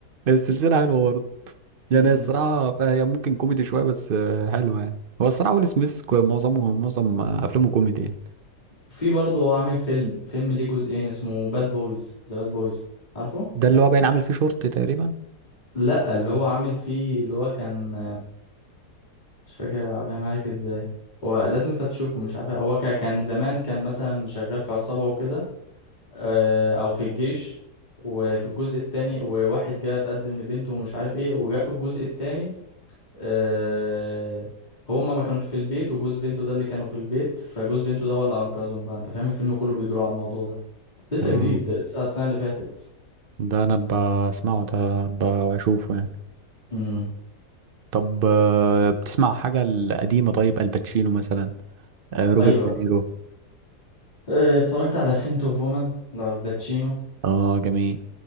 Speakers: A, on the right; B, on the left.
A: السلسلة حلوة برضه يعني
B: مم.
A: الصراحة فهي ممكن كوميدي شوية بس آه، حلوة يعني هو الصراحة ويل سميث كو- معظمه معظم آه، أفلامه كوميدي يعني
B: في برضه هو عامل فيلم فيلم ليه جزئين اسمه باد بويز ذا باد بويز عارفه
A: ده اللي هو باين عامل فيه شورت تقريبا
B: لا اللي هو عامل فيه اللي هو كان مش فاكر افهمها لك ازاي هو لازم انت تشوفه مش عارف هو ك- كان زمان كان مثلا شغال في عصابة وكده آه، او في الجيش وفي الجزء التاني وواحد جه اتقدم لبنته ومش عارف ايه وجاء في الجزء التاني آه، هما ما كانوش في البيت وجوز بنته ده اللي كانوا في البيت فجوز بنته ده هو اللي انقذهم بقى انت فاهم الفيلم كله بيدور على الموضوع ده لسه
A: اه
B: جديد ده لسه السنة اللي فاتت
A: ده أنا بسمعه ده بشوفه يعني
B: امم
A: طب آه، بتسمع حاجة القديمة طيب الباتشينو مثلا آه، روبرت
B: ايوه
A: دينيرو
B: آه، اتفرجت على سنت اوف وومن لالباتشينو
A: اه جميل